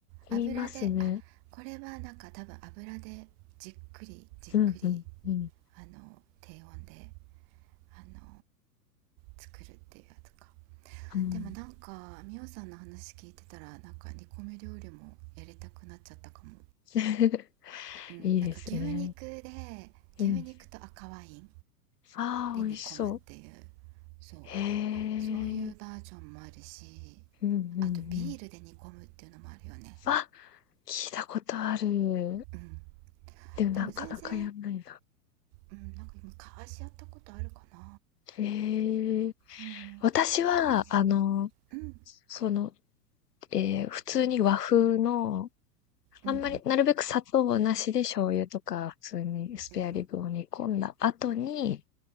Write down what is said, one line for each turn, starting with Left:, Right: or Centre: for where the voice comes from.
Right: 油であこれはなんか多分油でじっくりじっくり
Left: 言いますね。うんうんうん。
Right: あの低温であの作るっていうやつか
Left: うん。
Right: でもなんかみおさんの話聞いてたらなんか煮込み料理もやりたくなっちゃったかも
Left: <laughs>
Right: うんなんか牛肉で
Left: いいですね。
Right: 牛肉と赤ワイン
Left: うん。ああ、
Right: で煮込むっていう
Left: 美味しそう。
Right: そう
Left: へえ。
Right: そういうバージョンもあるし
Left: うんうんうん。
Right: あとビールで煮込むっていうのもあるよね
Left: あ、聞いたことある。
Right: うん
Left: でもなかなかやんないな。
Right: でも全然うんなんか昔やったことあるかな
Left: へえ。
Right: うん
Left: 私は、
Right: そううん
Left: あの、その、ええ、普通に和風のあんまり、
Right: うんうん
Left: なるべく砂糖なしで醤油とか普通にスペアリブを煮込んだ後に、
Right: うんうんう